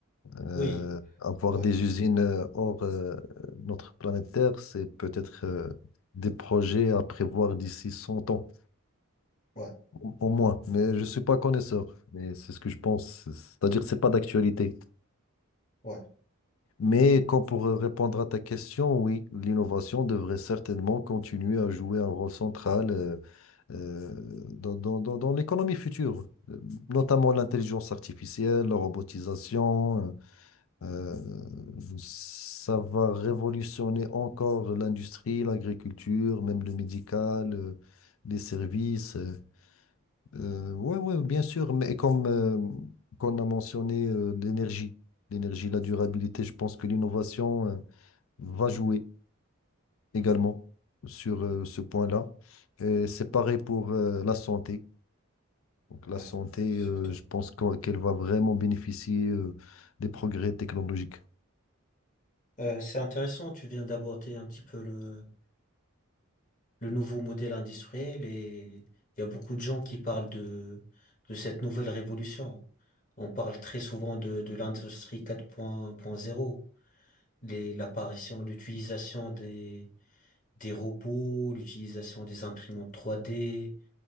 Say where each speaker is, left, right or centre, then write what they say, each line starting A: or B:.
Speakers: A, on the left; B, on the left.
A: Euh,
B: Oui,
A: avoir
B: Oui.
A: des usines euh, hors euh, notre planète Terre, c'est peut-être euh, des projets à prévoir d'ici 100 ans,
B: ouais,
A: au au moins. Mais je ne suis pas connaisseur, mais c'est ce que je pense. C'est- C'est-à-dire que ce n'est pas d'actualité.
B: ouais,
A: Mais quand pour euh, répondre à ta question, oui, l'innovation devrait certainement continuer à jouer un rôle central euh, euh, dans, dans- dans- dans l'économie future, euh, notamment l'intelligence artificielle, la robotisation. euh, Euh, ça va révolutionner encore l'industrie, l'agriculture, même le médical, euh, les services. euh, euh, ouais, ouais, bien sûr, mais comme euh, qu'on a mentionné euh, l'énergie, l'énergie, la durabilité, je pense que l'innovation euh, va jouer également sur euh, ce point-là. Et c'est pareil pour euh, la santé. Donc
B: ouais,
A: la santé,
B: surtout.
A: euh, je pense qu'on- qu'elle va vraiment bénéficier euh, des progrès technologiques.
B: Euh, c'est intéressant, tu viens d'aborder un petit peu le le nouveau modèle industriel et il y a beaucoup de gens qui parlent de, de cette nouvelle révolution. On parle très souvent de, de l'industrie 4.0, les, l'apparition, l'utilisation des, des robots, l'utilisation des imprimantes 3D,